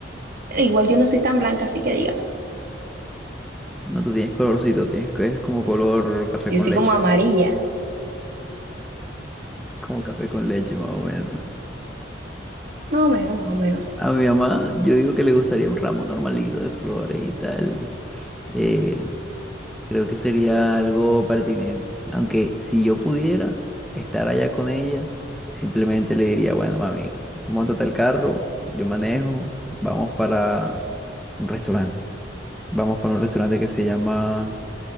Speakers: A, on the right; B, in the centre.
A: igual yo no soy tan blanca, así que digamos,
B: No, tú tienes colorcito, tienes que es como color café
A: yo
B: con
A: soy
B: leche,
A: como amarilla,
B: como café con leche más o menos.
A: más o menos, más o menos, sí.
B: A mi mamá, yo digo que le gustaría un ramo normalito de flores y tal. Eh, creo que sería algo pertinente. Aunque si yo pudiera estar allá con ella, simplemente le diría, bueno, mami, móntate el carro, yo manejo, vamos para un restaurante. Vamos para un restaurante que se llama